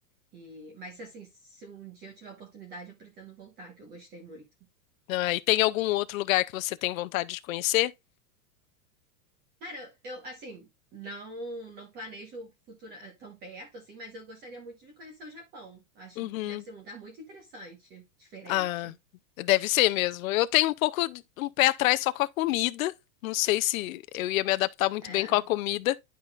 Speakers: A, on the right; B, on the left.
A: E, mas, assim, se um dia eu tiver a oportunidade, eu pretendo voltar, que eu gostei muito.
B: Ah, e tem algum outro lugar que você tem vontade de conhecer?
A: Cara, eu, assim, não não planejo o futuro eh, tão perto, assim, mas eu gostaria muito de conhecer o Japão. Acho
B: Uhum.
A: que deve ser um lugar muito interessante, diferente.
B: Ah, deve ser mesmo. Eu tenho um pouco de- um pé atrás só com a comida. Não sei se eu ia me adaptar muito
A: É,
B: bem com a comida,